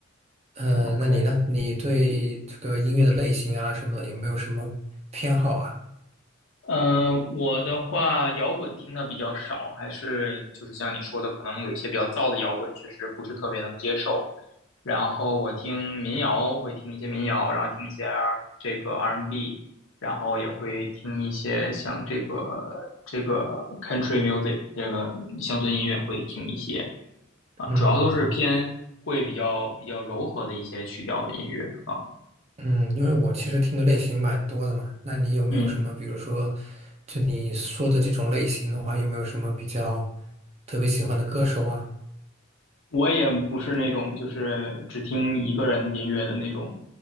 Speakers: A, on the right; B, on the left.
A: 嗯、
B: ，OK。
A: 那你呢？你对这个音乐的类型啊什么的有没有什么偏好啊？
B: 嗯，我的话，摇滚听的比较少，还是就是像你说的，可能有一些比较燥的摇滚，确实不是特别能接受。然后我听民谣，会听一些民谣，然后听一些 R- 这个 R&B，然后也会听一些像这个这个 country music，这个乡村音乐会听一些啊，
A: 嗯
B: 主要都是偏会比较比较柔和的一些曲调的音乐啊。
A: 嗯，因为我其实听的类型蛮多的嘛，那你有没有什么，
B: 嗯
A: 比如说，就你说的这种类型的话，有没有什么比较特别喜欢的歌手啊？
B: 我也不是那种就是只听一个人音乐的那种，